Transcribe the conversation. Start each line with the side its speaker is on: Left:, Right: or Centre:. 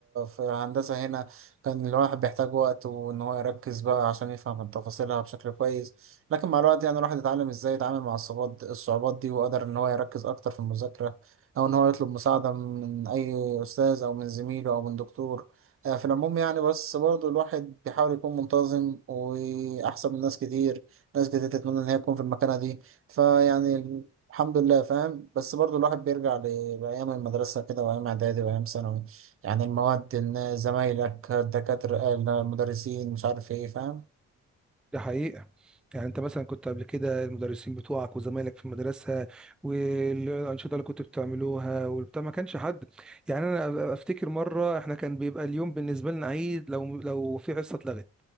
Right: في هندسة هنا كان الواحد بيحتاج وقت وان هو يركز بقى عشان يفهم تفاصيلها بشكل كويس لكن مع الوقت يعني الواحد اتعلم ازاي يتعامل مع الصعوبات الصعوبات دي وقدر ان هو يركز اكتر في المذاكرة او ان هو يطلب مساعدة من اي استاذ او من زميله او من دكتور آه، في العموم يعني بس برضو الواحد بيحاول يكون منتظم وأحسن من ناس كتير ناس كتير تتمنى إن هي تكون في المكانة دي فيعني الحمد لله فاهم بس برضو الواحد بيرجع ل- لأيام المدرسة كده وأيام إعدادي وأيام ثانوي يعني المواد إن زمايلك الدكاترة المدرسين مش عارف إيه فاهم
Centre: دي حقيقة يعني انت مثلا كنت قبل كده المدرسين بتوعك وزمايلك في المدرسة والأنشطة اللي كنت بتعملوها والبتاع ما كانش حد يعني انا افتكر مرة احنا كان بيبقى اليوم بالنسبة لنا عيد لو لو في حصة اتلغت